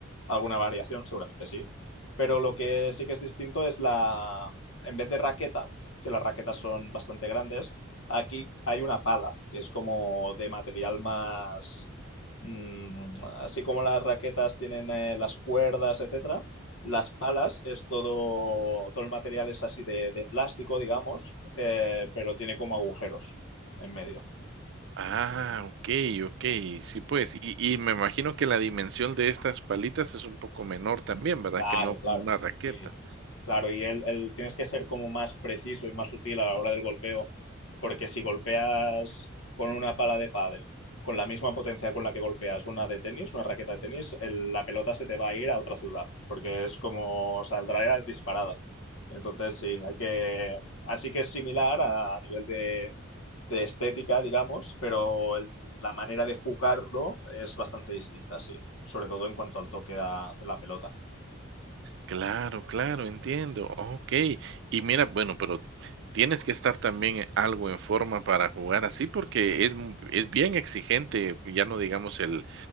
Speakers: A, on the left; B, on the right.
A: alguna variación, seguramente sí. Pero lo que sí que es distinto es la, en vez de raqueta, que las raquetas son bastante grandes, aquí hay una pala, que es como de material más... mm, así como las raquetas tienen eh, las cuerdas, etcétera, las palas es todo, todo el material es así de, de plástico, digamos, eh, pero tiene como agujeros en medio.
B: Ah, okey, okey. Sí, pues, y y me imagino que la dimensión de estas palitas es un poco menor también, ¿verdad?
A: Claro,
B: Que no
A: claro.
B: como una raqueta.
A: Sí, Claro, y él, él- tienes que ser como más preciso y más sutil a la hora del golpeo, porque si golpeas con una pala de pádel, con la misma potencia con la que golpeas una de tenis, una raqueta de tenis, el- la pelota se te va a ir a otra ciudad, porque es como saldrá disparada. Entonces, sí, hay que... Así que es similar a, a nivel de, de estética, digamos, pero el- la manera de jugarlo es bastante distinta, sí, sobre todo en cuanto al toque a- de la pelota.
B: Claro, claro, entiendo. Okey. Y mira, bueno, pero tienes que estar también eh, algo en forma para jugar así, porque es m es bien exigente, ya no digamos el